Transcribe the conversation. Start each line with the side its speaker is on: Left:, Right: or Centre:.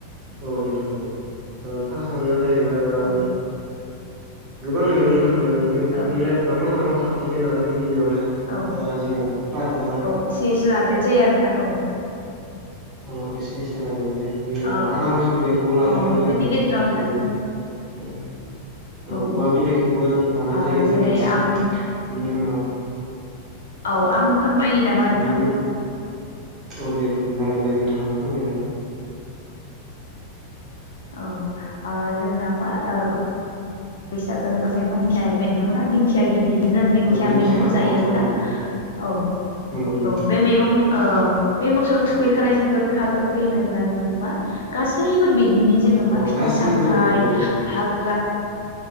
Right: औ नोंथां औ। ओ फासआवनो जायै बाय उम
Left: औ
Right: गोबां मैगं फोर दोङो जों बेफोरनो
Left: औ
Right: नाउमान नाउमान खाबथिङो नालाय गिबिआवनो
Left: औ
Right: ओ जोङो फा ओ
Left: औ एसे एसे लादेर जायो आरोना औ
Right: औ एसे एसे लाजोबनाय जायो। गिबियावनो
Left: ओ
Right: आनारस बिलाइखौबो लाजागोन
Left: औ बेफोरनि
Right: जोङो
Left: गेजेराव
Right: बेखौबो
Left: जों
Right: औ
Left: औ
Right: औवा बिलाइखौबो लानाय
Left: ओ
Right: जायो
Left: जेरै
Right: जोङो एसे
Left: आं
Right: बिनि उनाव
Left: औ आं फोरमायो नामा नोंथां
Right: बेनि औ दे जागोन दे नोंथाङा फोरमायजागोन
Left: औ ओ जोंना मा ओ बो फैसाागोन होना जा दिख मोन न मोना दिंखया गिद बिदि जों दिंखिया
Right: औ
Left: मैगंखौ जायो
Right: औ
Left: नंगौना
Right: औ औ
Left: औ
Right: नंगौ नंगौ
Left: औ बे मैगं ओ बे मोसौ थुखैखालि जों गोखा गोखै होनोब्ला जोंङो मा गासै गासैबो बिदिनो
Right: गोखा
Left: जोंङो मा
Right: औ
Left: फिथाइ
Right: गासैबो
Left: सामथाइ
Right: फैयो औ
Left: हाग्रा